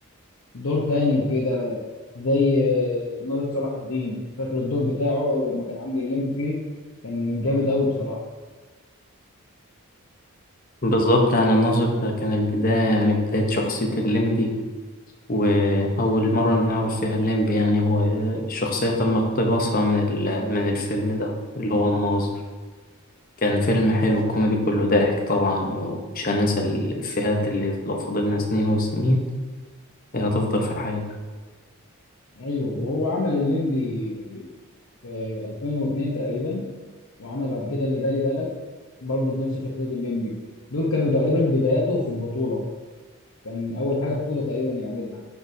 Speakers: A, on the left; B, on the left.
A: دور تاني وكده زي آه، ناظر صلاح الدين فاكر الدور بتاعه لما كان عامل الليمبي فيه كان جامد قوي بصراحه
B: بالظبط يعني الناظر ده كان البداية يعني بداية شخصية الليمبي وأول مرة نعرف فيها الليمبي يعني هو الشخصية تم اقتباسها من ال- من الفيلم ده اللي هو الناظر كان فيلم حلو كوميدي كله ضحك طبعا ومش هننسى الإفيهات اللي لو فضلنا سنين وسنين هتفضل في حياتنا
A: ايوه وهو عمل الليمبي في 2002 تقريبا وعمل بعد كده اللي بالي بالك برضه بنفس شخصيه الليمبي دول كانوا تقريبا بداياته في البطوله كان اول حاجه بطوله تقريبا يعملها